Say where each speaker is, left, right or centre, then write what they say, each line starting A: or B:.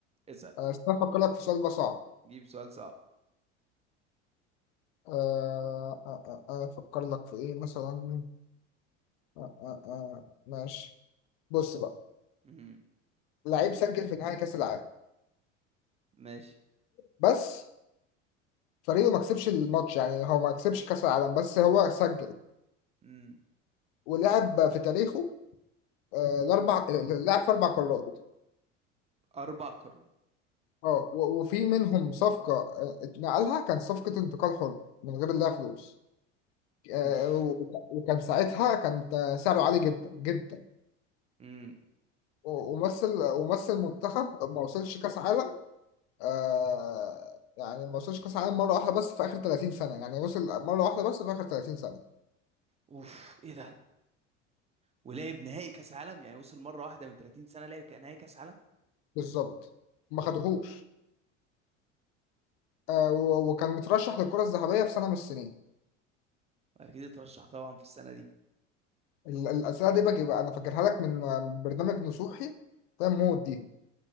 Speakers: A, on the right (about 15°); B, on the left (about 55°).
A: اسأل
B: آه، استنى افكر لك في سؤال بقى صعب
A: جيب سؤال صعب
B: آه، آه، آه، آه، آه، افكر لك في ايه مثلا آه، آه، آه، ماشي بص بقى
A: امم
B: لعيب سجل في نهائي كاس العالم
A: ماشي
B: بس فريقه ما كسبش الماتش يعني هو ما كسبش كاس العالم بس هو سجل
A: امم
B: ولعب في تاريخه آه، الاربع آه، لعب في اربع قارات
A: أربع قارات
B: اه و- وفي منهم صفقه آه، اتنقلها كان صفقه انتقال حر من غير لا فلوس آه،
A: اوف
B: و- وكان ساعتها كان سعره عالي جدا جدا
A: امم
B: و- ومثل ومثل منتخب ما وصلش كاس عالم آه، يعني ما وصلش كاس عالم مره واحده بس في اخر 30 سنه يعني وصل مره واحده بس في اخر 30 سنه
A: اوف ايه ده ولعب نهائي كأس عالم يعني وصل مرة واحدة من 30 سنة لعب كان نهائي كأس عالم
B: بالظبط ما خدهوش آه، و- وكان مترشح للكرة الذهبية في سنة من السنين
A: أكيد اترشح طبعا في السنة دي
B: ال- الأسئلة دي باجي بقى أنا فاكرها لك من من برنامج نصوحي فاهم موت دي